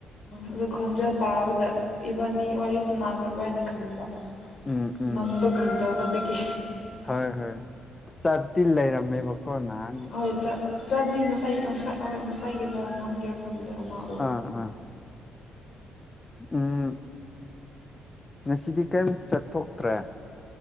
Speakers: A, on the left (about 55°); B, on the left (about 25°).
A: ꯑꯗꯣ ꯈꯣꯟꯖꯦꯜ ꯇꯥꯕꯗ ꯏꯕꯥꯅꯤ ꯋꯥꯔꯤ ꯁꯥꯟꯅꯈ꯭ꯔꯕꯔꯥ ꯍꯥꯏꯅ ꯈꯟꯕ
B: ꯎꯝ ꯎꯝ
A: ꯃꯟꯕꯒꯨꯝ ꯇꯧꯕꯗꯒꯤ
B: ꯍꯣꯏ ꯍꯣꯏ ꯆꯥꯇꯤꯟ ꯂꯩꯔꯝꯃꯦ ꯕꯣ ꯀꯣ ꯅꯥꯍꯥꯟ
A: ꯍꯣꯏꯠ ꯆꯥꯗꯤ ꯉꯁꯥꯏ ꯉꯁꯥꯏ ꯍꯣꯏ ꯉꯁꯥꯏꯒꯤꯔꯥ ꯅꯍꯥꯟꯒꯤꯔꯥ ꯈꯪꯗꯦ ꯑꯃꯥꯎ
B: ꯑꯥ ꯑꯥ ꯎꯝ ꯉꯁꯤꯗꯤ ꯀꯩꯝ ꯆꯠꯊꯣꯛꯇ꯭ꯔꯦ